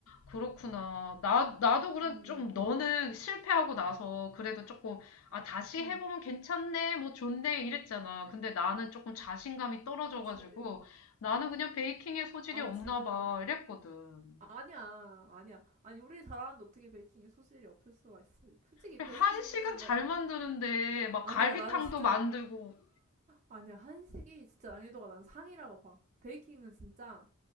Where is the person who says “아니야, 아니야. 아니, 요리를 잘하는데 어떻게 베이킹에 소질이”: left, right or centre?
Right